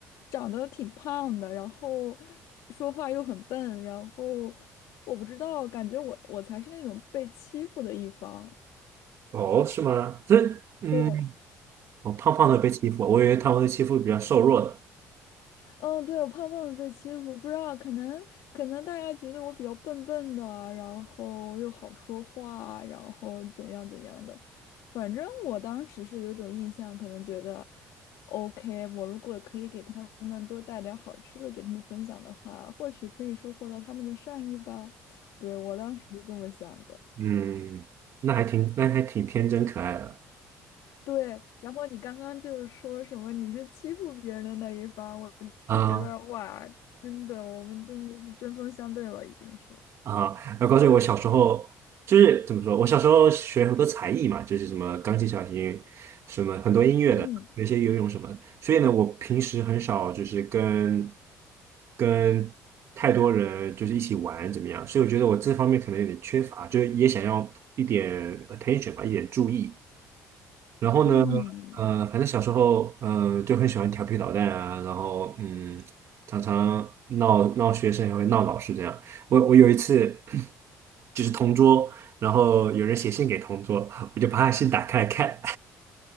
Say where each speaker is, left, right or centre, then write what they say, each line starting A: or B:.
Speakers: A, on the left; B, on the right.
A: 长得挺胖的，然后说话又很笨，然后我不知道，感觉我我才是那种被欺负的一方。
B: 哦，是吗？这嗯。
A: 对，
B: 我胖胖的被欺负，我以为他们会欺负比较瘦弱的。
A: 嗯，对，我胖胖的被欺负，不知道，可能可能大家觉得我比较笨笨的，然后又好说话，然后怎样怎样的，反正我当时是有种印象，可能觉得，OK，我如果可以给他们多带点儿好吃的给他们分享的话，或许可以收获到他们的善意吧。<laughs> 对，我当时是这么想的。
B: 嗯，那还挺，那还挺天真可爱的。
A: 对，然后你刚刚就是说什么你是欺负别人的那一方，我就觉得哇，
B: 啊
A: 真的，我们真的是针锋相对了，已经是。
B: 啊，我告诉你我小时候就是怎么说，我小时候学很多才艺嘛，就是什么钢琴、小提，琴，什么很多音乐的，
A: 嗯
B: 有一些游泳什么的。所以呢，我平时很少就是跟跟太多人就是一起玩怎么样，所以我觉得我这方面可能有点缺乏，就是也想要一点 attention 吧，一点注意。然后呢，
A: 嗯，
B: 呃，反正小时候，呃，就很喜欢调皮捣蛋啊，然后嗯，常常闹闹学生，也会闹老师这样。我我有一次 <clears throat> 就是同桌，然后有人写信给同桌，我就把他信打开来看，